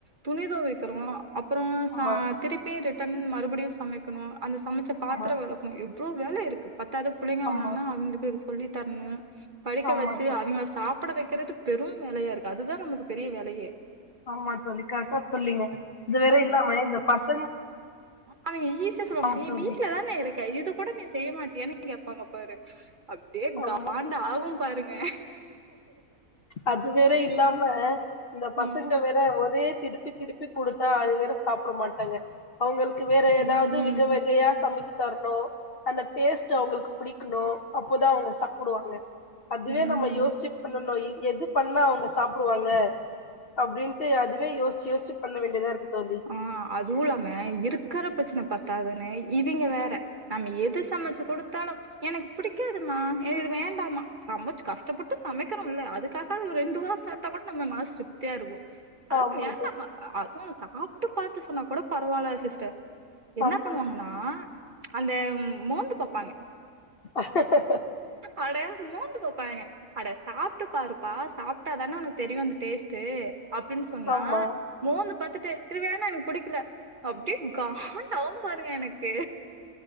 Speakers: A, on the right (about 40°); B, on the left (about 45°).
A: துணி தொவைக்றோ அப்றொ
B: ஆமா
A: சா திருப்பி ரிட் டன் மறுபடியு சமைக்கனு அந்த சமச்ச பாத்தரொ
B: ஆமா
A: வெளக்னு எவ்ளோ வேல இருக்கு பத்தாத புள்ளைங்க
B: ஆமா
A: வந்தாங்ன்னா அவுங்களுக்கு அது சொல்லி தர்னு படிக்க
B: ஆமா
A: வச்சு
B: தோழி
A: அவுங்ள சாப் ட வக்கிறது பெரும் வேலையா இருக்கு அதுதான நமக்கு பெரிய வேலையே
B: ஆமா தோழி கரட்டா சொல்லிங்க இது வேற இல்லாம இந்த பசங்க
A: அவெங்க ஈஸியா சொல்லுவாங்க
B: ஆமா
A: நீ
B: தோழி
A: வீட்ல தான இருக்க இது கொட நீ செய்ய மாட்டியானு கேப்பாங்க பாரு அப்டியே
B: ஆமா
A: காண்ட் ஆகு பாருங்க
B: அது வேற இல்லாம இந்த பசங்க
A: ம்
B: வேற ஒரே திருப்பி திருப்பி குடுத்தா அது வேற சாப்ட மாட்டாங்க அவுங்களுக் கு வேற ஏதாவ்து
A: ம்
B: விகவகையா சமச்சு தர்ணு அந்த டேஸ்ட் அவுங்களுக்கு பிடிக்கணு அப்போதா அவுங்க சாப்புடுவாங்க அதுவே
A: ம்
B: நம்ம யோசி பண்ணனு எது பண்ணா அவுங்க சாப்புடுவாங்க அப்டின்ட்டு அதுவே யோசிச்சு யோசுச்சு பண்ண வேண்டியதா இருக்கு தோழி
A: அ அதுவு இல்லாம இருக்கற பிரச்சன பத்தாதுன்னு இவிங்கெ வேற நம்ம எது சமச்சு கொடுத்தாலு எனக்கு பிடிக்காதுமா எனக் அது வேண்டாமா சமச்சு கஷ்டப்பட்டு சமைக்றோல அதுக்காகாது ஒரு ரெண்டு வா சாப்ட்டா கொட நம்ம மனசு திருப்தியா இருக்கு அதுவு
B: ஆமா
A: வேண்டாம
B: தோழி
A: மா அதுவு சாப்ட்டு பாத்து சொன்னா கூட பரவால்ல சிஸ்டர் என்ன
B: ஆமா
A: பண்ணுவாங்கன்னா அந்த மோந்து பாப்பாங்க
B: அஹ ஹ ஹ ஹ
A: அட மோந்து பாப்பாங்க அட சாப்ட்டு பாருப்பா சாப்ட்டாதான உனக்கு தெரியு அந்த டேஸ்ட்டு அப்டின்னு சொன்னா
B: ஆமா
A: மோந்து பாத்துட்டு இது வேணா எனக்கு பிடிக்ல அப்டே காண்டாவு பாருங்க எனக்கு